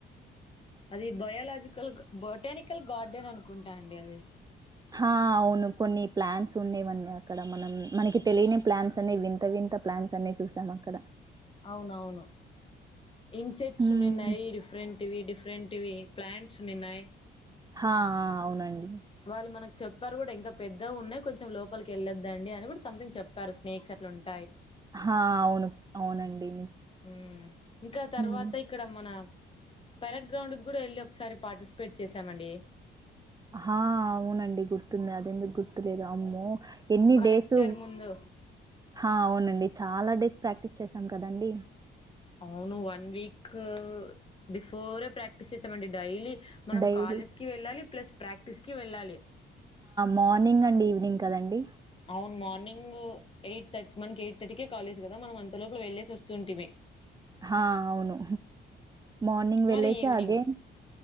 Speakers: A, on the left; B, on the right.
A: అది బయాలజికల్ బొటానికల్ గార్డెన్ అనుకుంటా అండి అది
B: ఆ అవును కొన్ని ప్లాన్స్ ఉన్నాేవండి అక్కడ మనం మనకి తెలియని ప్లాన్స్ అనేవి వింత వింత కొత్త ప్లాంట్స్ అన్ని చూసాం అక్కడ
A: అవునవును ఇన్సెక్ట్స్
B: హ్మ్.
A: ఉన్ని ఉన్నాయి డిఫరెంట్ ఇవి డిఫరెంట్ ఇవి ప్లాంట్స్ ఉన్నిన్నాయి
B: హ ఆ ఆ అవునండి
A: వాళ్ళు మనకి చెప్పారు కూడా ఇంకా పెద్దగా ఉన్నాయి కొంచెం లోపలికి వెళ్ళొద్దండి అని కూడా సంథింగ్ చెప్పారు స్నేక్స్ అట్లా ఉంట
B: ఆ అవును అవునండి
A: ఉ ఇంకా తర్వాత
B: హ్మ్
A: ఇక్కడ మన పరేడ్ గ్రౌండ్ కూడా వెళ్ళి ఒకసారి పార్టిసిపేట్ చేశామండి
B: ఆ అవునండి గుర్తుంది అదెందుకు గుర్తులేదు అమ్మ ఎన్ని
A: కలెక్టర్
B: డేస్
A: ముందు
B: అవునండి చాలా డేస్ ప్రాక్టీస్ చేసాం కదండి
A: అవును వన్ వీక్ బిఫోరే ప్రాక్టీస్ చేసామండి డైలీ మనం
B: డైలీ
A: కాలేజ్ కి వెళ్ళాలి ప్లస్ ప్రాక్టీస్ కి వెళ్ళాలి
B: మార్నింగ్ అండి ఈవినింగ్ కదండి
A: అవును మార్నింగ్ ఎయిట్ థర్ మనకి ఎయిట్ థర్టీకే కాలేజ్ కదా మనం అంత లోపల వెళ్లేేసి వస్తుంటిమీ
B: ఆ అవును మార్నింగ్ వెళ్ళసి
A: మరి ఈవినింగ్
B: అగేన్